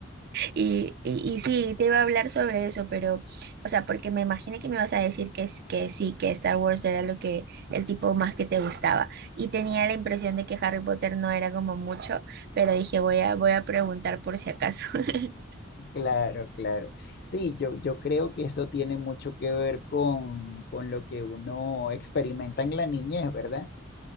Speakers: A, on the right; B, on the left.
A: Y, y, y sí, te iba a hablar sobre eso, pero, o sea, porque me imaginé que me ibas a decir que, es- que sí, que Star Wars era lo que, el tipo más que te gustaba. Y tenía la impresión de que Harry Potter no era como mucho, pero dije, voy a, voy a preguntar por si acaso. <laughs>
B: claro, claro. Sí, yo, yo creo que eso tiene mucho que ver con, con lo que uno experimenta en la niñez, ¿verdad?